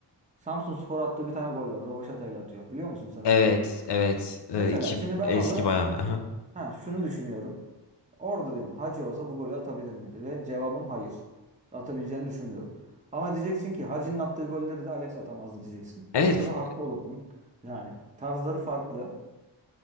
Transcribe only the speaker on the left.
Evet,
evet. Ee,
iki
eski
bayağı. aha.
Evet, f-